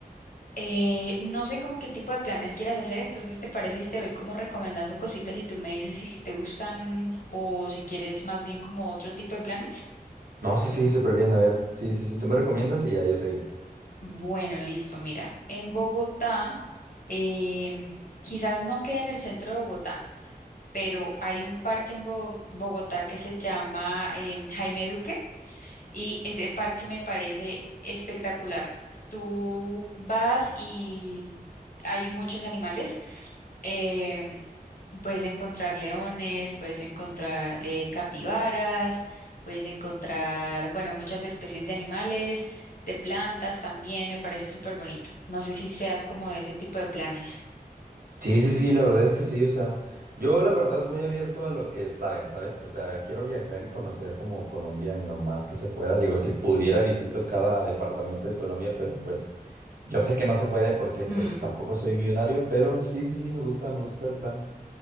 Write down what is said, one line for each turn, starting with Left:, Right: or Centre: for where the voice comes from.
Left: Eh, no sé como qué tipo de planes quieras hacer, entonces ¿te parece si te voy como recomendando cositas y tú me dices si, si te gustan o si quieres más bien como otro tipo de planes?
Right: No, sí, sí, súper bien. A ver, sí, sí, sí, tú me recomiendas y ya yo te digo.
Left: Bueno, listo, mira, en Bogotá, em, quizás no quede en el centro de Bogotá, pero hay un parque en Bogo- Bogotá que se llama em, Jaime Duque y ese parque me parece espectacular. Tú vas y hay muchos animales. em, Puedes encontrar leones, puedes encontrar eh, capibaras, puedes encontrar, bueno, muchas especies de animales, de plantas también, me parece súper bonito. No sé si seas como de ese tipo de planes.
Right: Sí, sí, sí, la verdad es que sí, o sea, yo la verdad voy abierto a lo que salga, ¿sabes? O sea, quiero viajar y conocer como Colombia en lo más que se pueda. Digo, si pudiera visito cada departamento de Colombia, pero pues yo sé que no se puede porque
Left: Hmm,
Right: pues tampoco soy millonario, pero sí, sí, sí, me gusta, me gusta el plan.